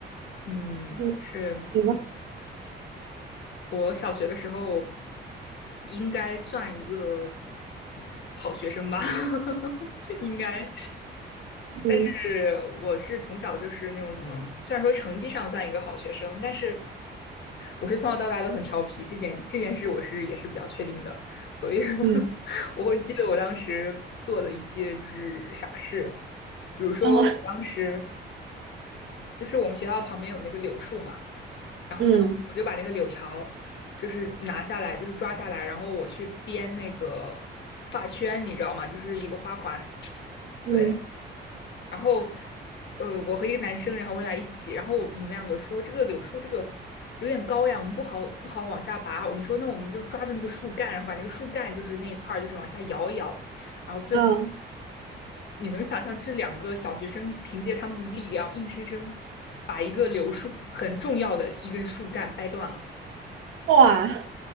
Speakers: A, on the left (about 65°); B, on the right (about 80°).
A: 嗯，
B: 嗯，
A: 是
B: 你呢？
A: 我小学的时候应该算一个好学生吧，<laughs> 应该。
B: 嗯
A: 但是我是从小就是那种怎么，虽然说成绩上算一个好学生，但是我是从小到大都很调皮，这件这件事我是也是比较确定的，所以 <laughs>
B: 嗯，
A: 我会记得我当时做的一些就是傻事，比如说我当时
B: 后
A: 就是我们学校旁边有那个柳树嘛，然后呢，
B: <laughs> 嗯
A: 我就把那个柳条就是拿下来，就是抓下来，然后我去编那个发圈，你知道吗？就是一个花环，
B: 嗯
A: 对，然后呃，我和一个男生，然后我俩一起，然后我们两个说这个柳树这个有点高呀，我们不好不好往下拔。我们说那我们就抓住那个树干，然后把那个树干就是那一块儿就是往下摇一摇，然后最后
B: 啊，
A: 你能想象这两个小学生凭借他们的力量，硬生生把一个柳树很重要的一根树干掰断了，
B: 哇，